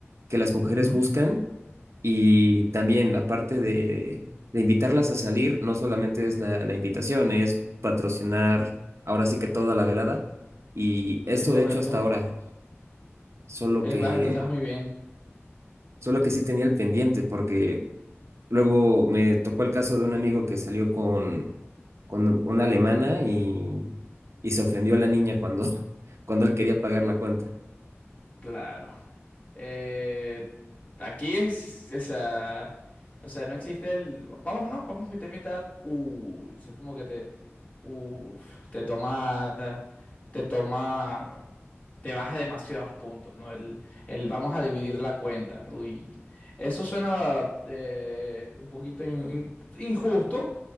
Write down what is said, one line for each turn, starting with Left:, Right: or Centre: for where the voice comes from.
Right: que las mujeres
Left: ujú,
Right: buscan y también la parte de, de invitarlas a salir no solamente es la, la invitación, es patrocinar ahora sí que toda la velada. Y esto
Left: Es correcto.
Right: he hecho hasta ahora, solo
Left: Eh,
Right: que,
Left: vas, entonces vas muy bien.
Right: solo que sí tenía el pendiente porque Luego me tocó el caso de un amigo que salió con, con una alemana y, y se ofendió la niña cuando, <laughs> cuando él quería pagar la cuenta.
Left: Claro. Eh, aquí es, o sea, o sea, no existe el... Vamos, no, vamos mitad y mitad. Uy, eso es como que te... Uf, te tomas. te toma, te baja demasiados puntos, ¿no? El, el vamos a dividir la cuenta. Uy, eso suena eh, un poquito in- in- injusto,